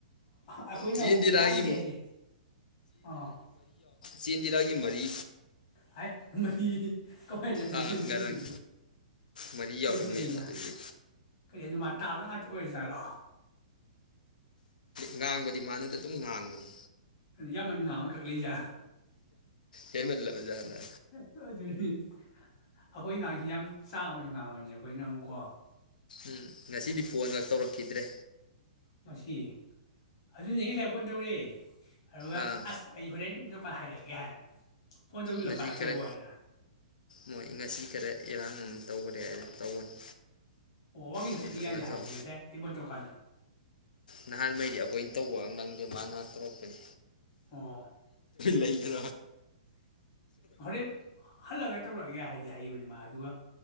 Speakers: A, on the left; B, on the left.
A: ꯑꯩꯈꯣꯏꯅ
B: ꯆꯦ
A: ꯑꯃꯨꯛ
B: ꯏꯟꯗꯤꯔꯥꯒꯤ
A: ꯌꯥꯝꯗꯦ ꯍꯥꯏꯁꯦ ꯑꯥ
B: ꯆꯤꯟꯗꯤꯔꯥꯒꯤ ꯃꯔꯤ
A: ꯍꯥꯏ ꯃꯁꯤ ꯀꯣꯏꯅ ꯑꯗꯨꯁꯤ
B: ꯑꯥ
A: ꯃꯔꯤꯖꯦ
B: ꯉꯔꯥꯡ
A: ꯗꯨꯗꯤ
B: ꯃꯔꯤ ꯌꯥꯎꯔꯝꯃꯦ
A: ꯃꯩ ꯆꯠꯂꯤꯅ
B: ꯑꯗꯨꯒꯤ
A: ꯀꯔꯤ ꯑꯗꯨꯃ ꯇꯥꯕ ꯉꯥꯛꯇ ꯑꯣꯏꯔꯖꯥꯠꯂꯣ
B: ꯉꯥꯡꯕꯗꯤ ꯃꯥꯅꯗ ꯑꯗꯨꯝ ꯉꯥꯡꯕꯅꯤ
A: ꯌꯥꯝꯃꯟ ꯉꯥ ꯑꯃ ꯀꯛ ꯂꯩꯏꯖ
B: ꯍꯦꯟꯃꯜꯂꯕ ꯖꯥꯠꯂ
A: <unintelligible> ꯑꯈꯣꯏ ꯉꯥꯡꯁꯤ ꯌꯥꯝ ꯆꯥꯡꯕꯅꯤ ꯉꯥꯡꯕꯅꯤ ꯑꯩꯈꯣꯏꯅ ꯑꯃꯨꯛꯀꯣ
B: ꯎꯝ ꯉꯁꯤꯗꯤ ꯐꯣꯟꯒ ꯇꯧꯔꯛꯈꯤꯗ꯭ꯔꯦ
A: ꯃꯁꯤ ꯑꯗꯨꯅꯦ ꯉꯁꯥꯏ ꯐꯣꯟ ꯇꯧꯔꯦ ꯑꯗꯨꯒ
B: ꯑꯥ
A: ꯑꯁ ꯑꯩ ꯍꯣꯔꯦꯟ ꯗꯀꯥꯟ ꯍꯥꯏ ꯂꯩꯒꯦ ꯍꯥꯏꯦ ꯐꯣꯟ ꯇꯧꯕꯁꯨ
B: ꯉꯁꯤ
A: ꯄꯥꯏꯔꯛꯇꯕ
B: ꯈꯔ
A: ꯋꯥꯅꯦ
B: ꯃꯣꯏ ꯉꯁꯤ ꯈꯔ ꯑꯦꯔꯥꯡ ꯑꯃ ꯇꯧꯈꯔꯦ ꯍꯥꯏꯅ ꯇꯧꯕꯅꯤ
A: ꯑꯣ ꯋꯥꯀꯤꯡ
B: ꯁꯣꯝꯗ
A: ꯆꯠꯂꯤ ꯌꯥꯗꯤ
B: ꯂꯟꯖꯥꯎ
A: ꯍꯥꯏꯔꯛꯄꯅꯦ ꯉꯁꯥꯏ ꯑꯩꯕꯣꯟ ꯇꯧꯀꯥꯟꯗ
B: ꯅꯍꯥꯟꯉꯩꯗꯤ ꯑꯩꯈꯣꯏꯅ ꯇꯧꯕ ꯅꯪꯗꯦ ꯃꯥ ꯅꯍꯥꯟ ꯇꯧꯔꯛꯄꯅꯤ
A: ꯑꯣ
B: ꯂꯩ <unintelligible>
A: ꯍꯣꯔꯦꯟ ꯍꯜꯂꯒ ꯇꯧꯔꯛꯑꯒꯦ ꯍꯥꯏꯁꯦ ꯍꯥꯏꯕꯅꯤ ꯃꯥꯁꯦ ꯑꯗꯨꯒ